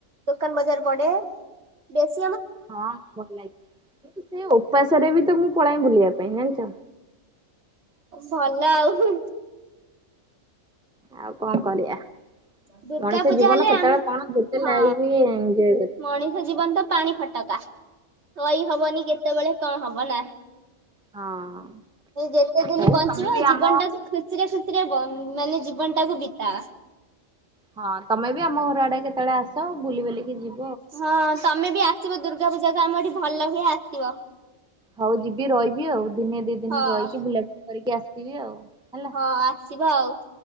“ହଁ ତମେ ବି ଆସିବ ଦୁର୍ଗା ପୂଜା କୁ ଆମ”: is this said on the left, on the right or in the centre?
Right